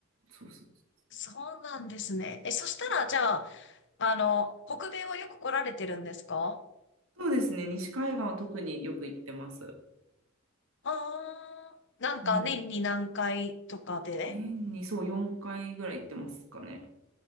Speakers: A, on the right (about 85°); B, on the left (about 60°).
A: そうそうそう。
B: そうなんですね。え、そしたら、じゃあ、あの、北米はよく来られてるんですか
A: そうですね、西海岸は特によく行ってます。
B: ああー、なんか年に何回とかで
A: うん。年にそう4回ぐらい行ってますかね。